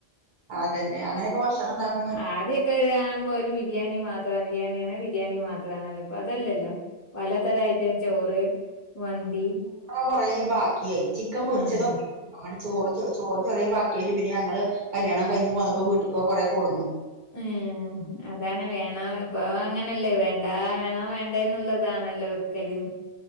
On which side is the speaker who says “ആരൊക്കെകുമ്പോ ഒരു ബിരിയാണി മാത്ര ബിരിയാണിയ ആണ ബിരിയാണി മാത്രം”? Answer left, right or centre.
Left